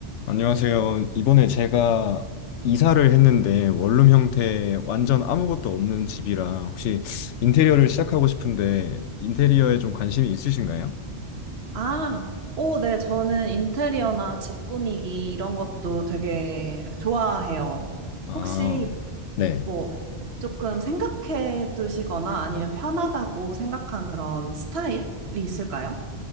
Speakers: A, on the left; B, on the right.
A: 안녕하세요. 이번에 제가 이사를 했는데 원룸 형태 완전 아무것도 없는 집이라 혹시 인테리어를 시작하고 싶은데 인테리어에 좀 관심이 있으신가요?
B: 아, 오, 네, 저는 인테리어나 집 꾸미기 이런 것도 되게 좋아해요.
A: 아,
B: 혹시
A: 네.
B: 뭐 조금 생각해 두시거나 아니면 편하다고 생각한 그런 스타일이 있을까요?